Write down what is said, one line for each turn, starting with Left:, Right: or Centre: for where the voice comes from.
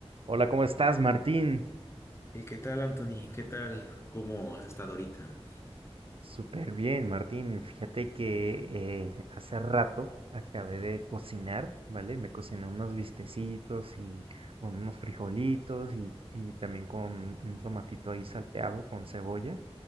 Right: Hola, ¿cómo estás, Martín?
Left: ¿Y qué tal, Anthony? ¿Qué tal? ¿Cómo has estado ahorita?
Right: Súper bien, Martín. Fíjate que eh, hace rato acabé de cocinar, ¿vale? Me cociné unos bistecitos y con unos frijolitos y, y también con un tomatito ahí salteado con cebolla.